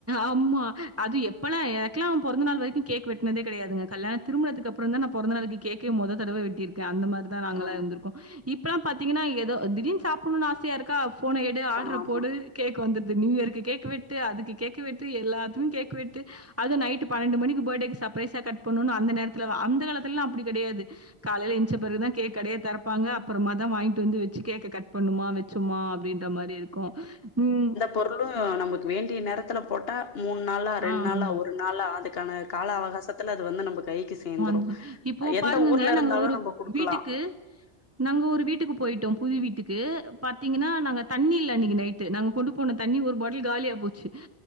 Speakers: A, on the right; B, on the left.
A: ஆம்மா அது எப்பெல்லா எனக்குல்லா பொறந்த நாள் வரைக்கும் கேக் வெட்னதே கெடையாதுங்க கல்யாண திருமணத்துக்கு அப்புற தா நா பொறந்த நாளைக்கு கேக்கே மொத தடவ வெட்டிருக்க அந்த மார் லா நாங்களாம்
B: ஆ
A: இருந்துருக்கோம் இப்பல்லா பாத்தீங்கன்னா ஏதோ திடீர் சாப்புணு ஆசையா இருக்கா போன எடு ஆர்டர்
B: ஆமா
A: போடு கேக் வந்துடுது நியூ இயர்க்கு கேக்கு வெட்டு அதுக்கு கேக் க்கு வெட்டு எல்லாத்தும் கேக்கு வெட்டு அது நைட்டு பன்னெண்டு மணிக்கு பர்டேக்கு சப்ரைசா கட் பண்ணுனு அந்த நேர்த்துல அந்த காலத்துல்லா அப்டி கெடையாது காலைல ஏஞ்ச பிறகுதா கேக் கடையே தெரப்பாங்க அப்பறமா தா வாய்ன்ட்டு வந்து வச்சு கேக்க கட் பண்ணுமா வெ சும்மா அப்டின்ற மாரி இருக்கோ ம்
B: பொருளும் நமக்கு வேண்டிய நேரத்துல போட்டா மூண்ணு நாளா ரெண்
A: ஆமா,
B: நாளா ஒரு நாளா அதுக்கான கால அவகாசத்துல அது வந்து நம்ப கைக்கு சேந்துரு
A: வந்து இப்போ
B: எந்த
A: பாருங்கங்க
B: ஊர்ல இருந்தாலு
A: நாங்க ஒரு
B: நம்ம குடுக்கலா
A: வீட்டுக்கு நாங்க ஒரு வீட்டுக்கு போயிட்டோம் புது வீட்டுக்கு பாத்தீங்கன்னா நாங்க தண்ணி இல்ல அன்னிக்கு நைட் டு நாங்க கொண்டு போன தண்ணி ஒரு பாட்டில் காலியா போச்சு